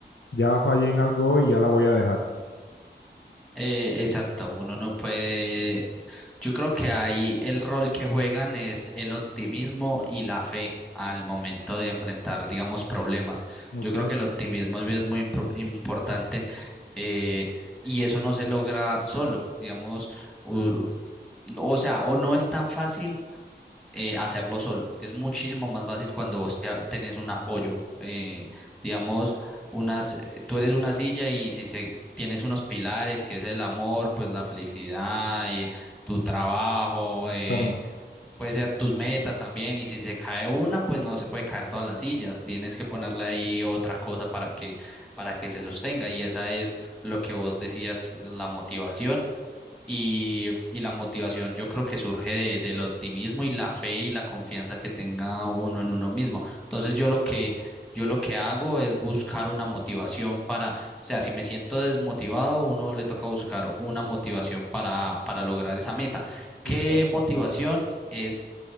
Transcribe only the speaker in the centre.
Eh, exacto, uno no puede. Yo creo que ahí el rol que juegan es el optimismo y la fe al momento de enfrentar, digamos, problemas.
Yo creo que el optimismo es muy impor- importante eh, y eso no se logra solo, digamos, u- o sea, o no es tan fácil eh, hacerlo solo. Es muchísimo más fácil cuando vos te a- tenés un apoyo. eh, digamos, unas, eh, tú eres una silla y si se, tienes unos pilares, que es el amor, pues la felicidad, y tu trabajo, eh,
puede ser tus metas también. Y si se cae una, pues no se puede caer todas las sillas. Tienes que ponerle ahí otra cosa para que, para que se sostenga. Y esa es lo que vos decías, la motivación y, y la motivación yo creo que surge de- del optimismo y la fe y la confianza que tenga uno en uno mismo. Entonces yo lo que, yo lo que hago es buscar una motivación para, o sea, si me siento desmotivado, uno le toca buscar una motivación para, para lograr esa meta. ¿Qué
motivación es?